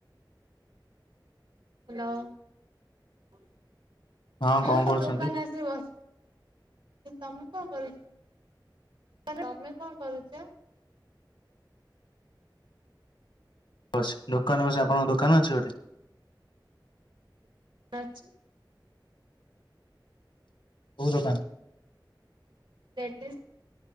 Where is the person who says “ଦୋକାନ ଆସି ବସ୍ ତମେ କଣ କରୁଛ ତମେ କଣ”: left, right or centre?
Right